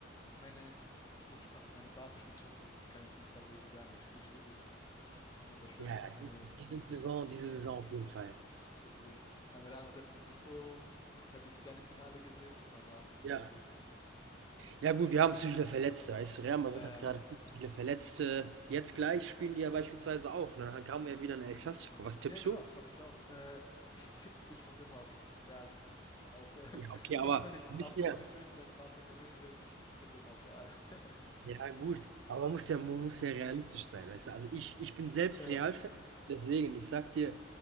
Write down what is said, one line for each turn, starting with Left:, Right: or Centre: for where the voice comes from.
Left: ich meine, ich muss, also meine Barca spielt schon gut. Ich kann jetzt nichts dagegen sagen. Ihr Spielstil ist wunderschön.
Right: Ja, ja,
Left: Meine,
Right: diese Saison, diese Saison auf jeden Fall.
Left: deswegen, meine Real Madrid ist jetzt nicht so, hätte ich gerne im Finale gesehen, aber
Right: Ja,
Left: ja gut.
Right: Ja gut, wir haben zu viele Verletzte, weißt du, Real Madrid
Left: Ja, ja.
Right: hat gerade viel zu viele Verletzte. Jetzt gleich spielen die ja beispielsweise auch. Ne? Dann haben wir ja wieder ein El Clasico. Was tippst
Left: Ja, genau,
Right: du?
Left: glaube ich auch. Äh, <laughs> ich muss immer auf Real tippen. Auch, äh, <laughs>
Right: Ja, okay,
Left: auch
Right: aber
Left: wenn ich,
Right: du bist
Left: auch
Right: ja
Left: wenn ich befürchte, dass Barca gewinnen wird, ich tippe immer auf Real. <laughs>
Right: ja gut, aber man muss ja man muss ja realistisch sein, weißt du? Also, ich ich bin selbst
Left: Ja.
Right: Real-Fan, deswegen, ich sag dir,